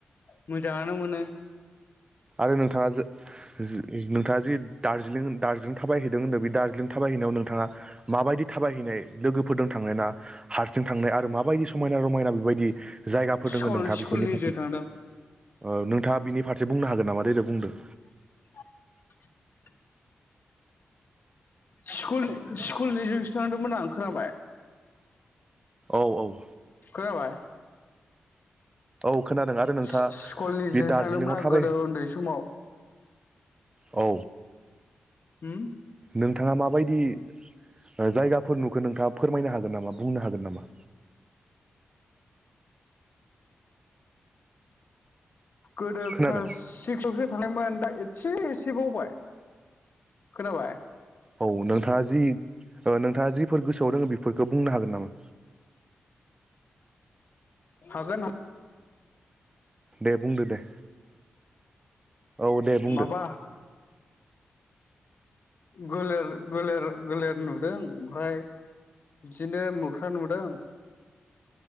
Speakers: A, on the left; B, on the right.
A: मोजांनो मोननो
B: आरो नोंथाङा जा नोंथाङा जिे दार्जिलिं दार्जिलिं थाबायहैदों होनदों बे दारजिलिं थाबायहैनायाव नोंथाङा माबायदि थाबायहैनाय लोगोफोरजों थाङ ना हारसिं थांनाय आरो माबायदि समायना रमायना बेबायदि जायगाफोर
A: स्कुल
B: दोङो नोंथाङा बेफोरनि
A: स्कुल नि
B: फारसे
A: जे थांदों
B: ओ नोंथाङा बिनि फारसे बुंनो हागोन नामा दे दे बुंदों।
A: <inaudible> स्कुल स्कुल नि जोंसो थांदोंमोन आं खोनाबाय
B: औ औ
A: खोनाबाय
B: औ खोनादों आरो नोंथाङा
A: सि स्कुलनि
B: बे
A: जोंसो
B: दार्जिलिंआव
A: थांदोंमोन आं
B: थाबाय
A: गोदो उन्दै समाव
B: औ
A: होम
B: नोंथाङा माबायदि ओ जायगाफोर नुखो नोंथाङा फोरमायनो हागोन नामा बुंनो हागोन नामा
A: गोदो
B: खोनादों
A: क्लास सिक्सआवसो थांनायमोन दा एसे एसे बावबाय खोनाबाय
B: औ नोंथांङा जि ओ नोंथाङा जिफोर गोसोआव दंङो बेफोरखौ बुंनो हागोन नामा
A: हागोन हा
B: दे बुंदो दे औ दे बुंदो
A: माबा गोलेर गोलेर गोलेर नुदों ओमफ्राय बिदिनो मोख्रा नुदों।